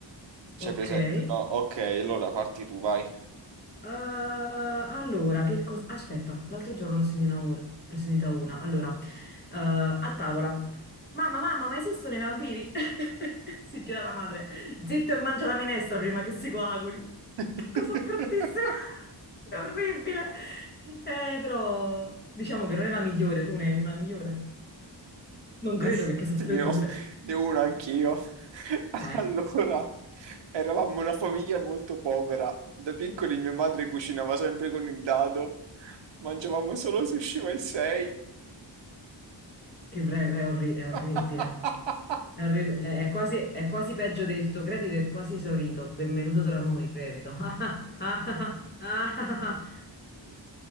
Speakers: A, on the right; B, on the left.
A: C'è
B: Ok.
A: presente?
B: Eh,
A: No, ok, allora parti tu, vai.
B: allora, che cosa... Aspetta, l'altro giorno ne ho sentita una. Ne ho sentita una. Allora, eh, a tavola. Mamma, mamma, ma esistono i vampiri? <laughs> Si gira la madre. Zitto e mangia la minestra prima che si coaguli.
A: <laughs>
B: Che cosa bruttissima. <laughs> È orribile. Eh, però, diciamo che non è la migliore. Tu ne hai una migliore? Non
A: Ne,
B: credo perché sono freddure.
A: ne ho, ne ho uno anch'io. <laughs>
B: Mai.
A: Allora, eravamo una famiglia molto povera. Da piccoli mia madre cucinava sempre con il dado. Mangiavamo solo sushi ma il 6.
B: Ti prego, è orri- è orribile.
A: <laughs>
B: Arri- È è quasi, è quasi peggio del tuo credito, è quasi esaurito. Benvenuto tra noi, credito. <laughs> Ah, ah, ah, ah, <laughs> ah.